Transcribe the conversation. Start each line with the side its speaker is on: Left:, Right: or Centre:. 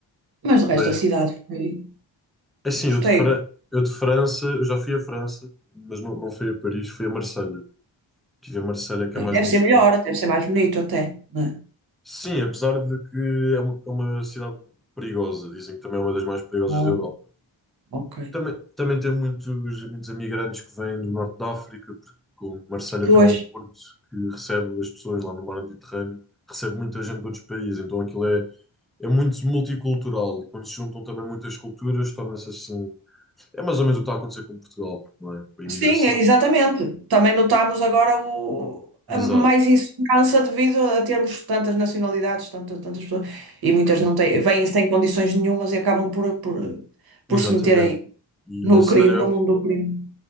Right: Mas o
Centre: Pois.
Right: resto da cidade foi.
Centre: Assim,
Right: Gostei.
Centre: eu de, Fra- eu de França, eu já fui à França, mas não, não fui a Paris, fui a Marselha. Estive em Marselha, que é mais
Right: Deve
Centre: no
Right: ser
Centre: sul.
Right: melhor, deve ser mais bonito até. né?
Centre: Sim, apesar de que é uma, é uma cidade perigosa, dizem que também é uma das mais perigosas
Right: Ah,
Centre: da Europa.
Right: ok.
Centre: Também, também tem muitos, muitos imigrantes que vêm do norte da África, porque como Marselha
Right: Pois.
Centre: tem lá o porto que recebe as pessoas lá no mar Mediterrâneo, recebe muita gente de outros países, então aquilo é, é muito multicultural e quando se juntam também muitas culturas, torna-se assim. É mais ou menos o que está a acontecer com Portugal, não é? Com a imigração.
Right: Sim, é- exatamente. Também notamos agora o, a-
Centre: Exato,
Right: mais insegurança devido a termos tantas nacionalidades, tantas, tantas pessoas, e muitas
Centre: exato.
Right: não têm, vêm sem condições nenhumas e acabam por, por,
Centre: Exatamente.
Right: por se meterem
Centre: E
Right: no
Centre: Marselha,
Right: crime, no mundo do crime.